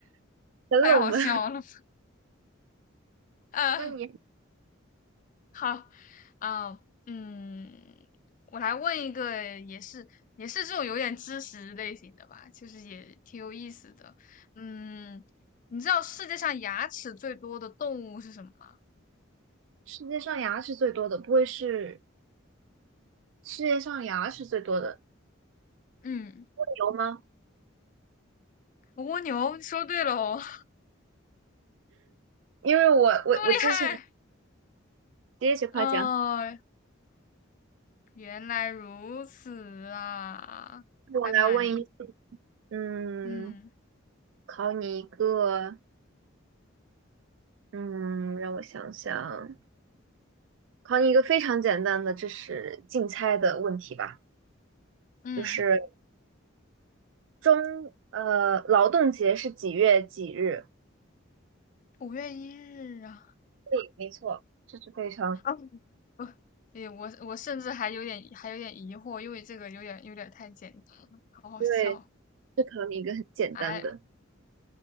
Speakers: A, on the right (about 70°); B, on the left (about 40°).
A: 很冷门。
B: 太好笑了。
A: <laughs>
B: 呃，
A: 那你
B: 好，啊、嗯，我来问一个，也是也是这种有点知识类型的吧，就是也挺有意思的。嗯，你知道世界上牙齿最多的动物是什么吗？
A: 世界上牙是最多的，不会是世界上牙是最多的？
B: 嗯，
A: 有吗？
B: 蜗牛，说对了哦。
A: 因为我我我之前
B: 这么厉害？
A: 接着夸奖，
B: 哦，原来如此啊，
A: 我来问一，
B: 还蛮，
A: 嗯，
B: 嗯
A: 考你一个，嗯，让我想想，考你一个非常简单的，这是竞猜的问题吧？
B: 嗯，
A: 就是中呃劳动节是几月几日？
B: 五月一日啊，
A: 对，没错，这是非常
B: 啊我诶 <laughs>，我我甚至还有点还有点疑惑，因为这个有点有点太简单了，好好笑。
A: 对，这考你一个很简单的，
B: 哎，